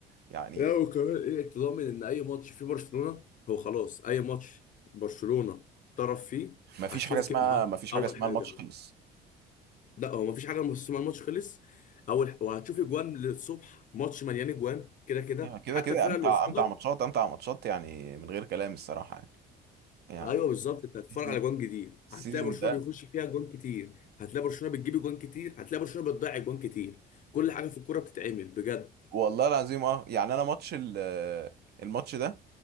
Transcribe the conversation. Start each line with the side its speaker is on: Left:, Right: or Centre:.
Right: يعني
Left: لا وكمان ايه انت ضامن ان اي ماتش فيه برشلونه هو خلاص اي ماتش برشلونه طرف فيه
Right: ما فيش
Left: هتشوف
Right: حاجة اسمها
Left: كده
Right: ما فيش
Left: اول
Right: حاجة اسمها
Left: حاجه
Right: الماتش خلص
Left: لا هو مفيش حاجه بس ما الماتش خلص اول ح- وهتشوف اجوان للصبح ماتش مليان اجوان كده كده
Right: يعني كده
Left: حتى
Right: كده
Left: الفرقه
Right: امتع
Left: اللي قصادك
Right: امتع ماتشات امتع ماتشات يعني من غير كلام الصراحة يعني يعني
Left: ايوه بالظبط انت هتتفرج
Right: السيزون
Left: على اجوان جديد
Right: السيزون
Left: هتلاقي برشلونه
Right: ده
Left: بيخش فيها اجوان كتير هتلاقي برشلونه بتجيب اجوان كتير هتلاقي برشلونه بتضيع اجوان كتير كل حاجه في الكوره بتتعمل بجد
Right: والله العظيم اه يعني انا ماتش ال- آه، الماتش ده